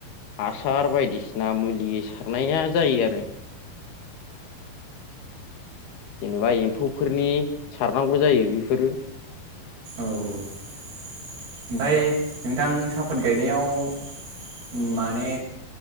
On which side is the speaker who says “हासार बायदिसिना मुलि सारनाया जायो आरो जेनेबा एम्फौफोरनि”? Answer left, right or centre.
Left